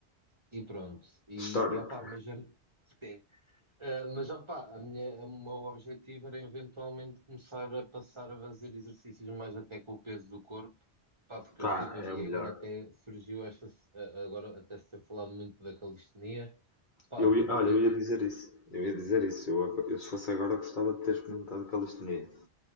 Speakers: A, on the right; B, on the left.
A: E pronto, e,
B: Histórico.
A: e opá, mas, a- sim. Ah, mas opá, a minha, o meu objetivo era eventualmente começar a passar a fazer exercícios mais até com o peso do corpo, pá, porque
B: Pá,
A: eu estive, a-
B: é
A: e
B: o melhor.
A: agora até surgiu esta, se- a- agora até se tem falado muito da calistenia, pá,
B: Eu, ia-
A: porque
B: olha, eu ia dizer isso. Eu ia dizer isso. Eu, eu, se fosse agora, gostava de ter experimentado calistenia.